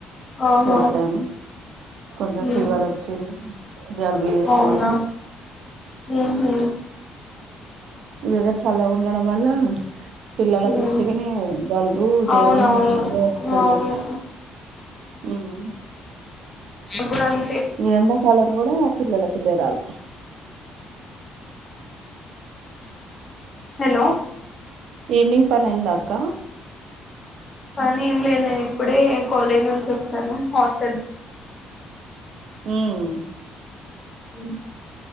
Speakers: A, on the left; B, on the right.
A: ఆహా
B: చెపెట్టాను కొంచెం
A: ఉమ్
B: ఫివర్ వచ్చ ఉ జల్బు జేసింది
A: అవునా ఉహు
B: వెదర్ సళ్ళ గా ఉండడం వల్ల పిల్లల
A: ఉమ్
B: కు ఉత్తిగానే జలుబు జరం
A: అవునవును
B: ఇవే వస్తున్నాయి
A: అవును
B: హ్మ్
A: ఇప్పుడు అన్
B: ఈ ఎండాకాలం కూడా పిల్లలకు జరాల్
A: హలో
B: ఈవినింగ్ పనైందా అక్క
A: కానీ ఏం లేద్ నేను ఇప్పుడే కాలేజ్ నుంచి వచ్చాను హాస్టల్ కి
B: హ్మ్
A: అ